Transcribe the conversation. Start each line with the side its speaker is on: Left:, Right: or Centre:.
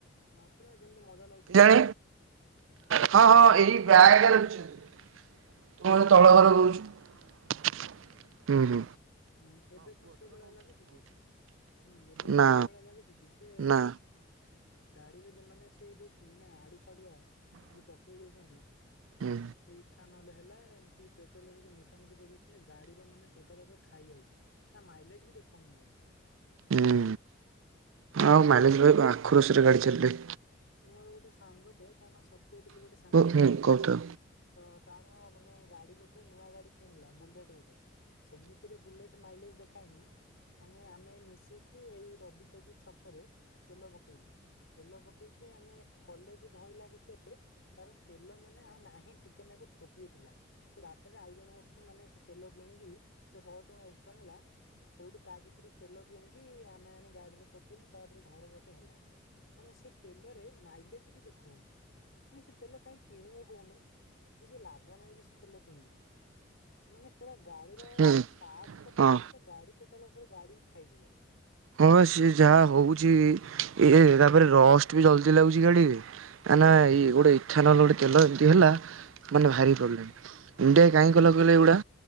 Left: ଆ ପୁରା ଯେମିତି ମଜା ଲା
Right: ଜାଣି ହଁ ହଁ ଏଇ ବ୍ୟାଗ୍ ଟା ରଖିଛନ୍ତି। ତମ ଏ ତଳ ଘର ରହୁଛୁ।
Left: ହୁଁ ଏବେ କଣ ସେଇଭଳିଆ ଲାଗୁଛି କି? ହୁଁ ଏବେ କଣ
Right: ନା
Left: ସେଇ ଭଳିଆ ଲାଗୁଛି କି ସିଏ
Right: ନା
Left: ଗାଡ଼ିରେ ମାନେ ଆଡ଼ୁ ସାଡ଼ୁଆ ଯୋଉ ପକେଇ ଦଉଛନ୍ତି
Right: ହୁଁ
Left: ସେଇ ନହେଲେ ହେଲା ଏମିତି ପେଟ୍ରୋଲରେ ଯୋଉ ମିଶା ମିଶି କରିଦଉଛନ୍ତି ଗାଡ଼ି ର ମାନେ ଟୋଟାଲ ଉପରେ ଖାଇଯାଉଛି ତା ମାଇଲେଜ ବି ଦେଖଉନି ଆଉ।
Right: ହୁଁ ଆଉ
Left: ସେ ବା
Right: ମାଇଲେଜ <unintelligible> ଆଖୁ ରସରେ ଗାଡ଼ି ଚାଲିଲେ।
Left: ମୋର ଗୋଟେ ସାଙ୍ଗଟେ ତା ନା ସତ୍ୟ ବୋଲି ଗୋଟେ ସାଙ୍ଗଟେ
Right: ହୁଁ କହୁଥାଅ
Left: ତ ତାର ମାନେ ଗାଡ଼ି ଗୋଟେ ନୂଆ ଗାଡ଼ି କିଣିଲା ବୁଲେଟ୍ ଗୋଟେ ସେମି ତି ରେ ବୁଲେଟ୍ ମାଇଲେଜ ଦେଖାଏନି। ମାନେ ଆମେ ମିଶିକି ଏଇ ରବି ଟବି ଛକରେ ତେଲ ପକେଇଲୁ। ତେଲ ପକେଇକି ଆମେ କଲେଜ ଧଇଲା ଭିତେରେ ତାର ତେଲ ମାନେ ଆଉ ନାହିଁ ଟିକେ ନାଗୁ ଠୋପିଏଥିଲା। ସେ ବାଟରେ ଆଉ ଜଣଙ୍କଠୁ ମାନେ ସେ ତେଲ କିଣିକି ସେ ଶହେ ଟଙ୍କା ଏକ୍ସଟ୍ରା ନେଲା। ସେଇଠୁ ତା କତିରୁ ତେଲ କିଣିକି ଆମେ ଆଣି ଗାଡ଼ିରେ ପକେଇଲୁ ତାପରେ ଘର ଯାକେ ହେଲା। ମାନେ ସେ ତେଲରେ ମାଇଲେଜ ବି ଦେଖଉନି। ମାନେ ସେ ତେଲ କାହିଁ କିଣିବ କହୁନ କିଛି ଲାଭ ନାହିଁ ବି ସେ ତେଲ କିଣିକି। ମାନେ ପୁରା ଗାଡ଼ିର
Right: ହୁଁ
Left: ଆଡ୍ସ
Right: ହଁ
Left: ପାଟ୍ସ ଗାଡ଼ି ଟୋଟାଲ ପୁରରା ଗାଡ଼ି ହୀ ଖାଇଯିବ।
Right: ହଁ ହଁ ସିଏ ଯାହା ହଉଛି ଇଏ ତାପରେ ରଷ୍ଟ ବି ଜଲଦି ଲାଗୁଛି ଗାଡ଼ିରେ
Left: ହୁଁ
Right: ନା ନାଁ ଏଇ ଗୋଟେ ଇଠା ଗୋଟେ ତେଲ ଏମିତି ହେଲା
Left: ହୁଁ।
Right: ମାନେ ଭାରି ପ୍ରୋବ୍ଲେମ ଇଣ୍ଡିଆ
Left: ସେଇବା
Right: କାଇଁ କହିଁଲ? ମାନେ ଏଗୁଡ଼ା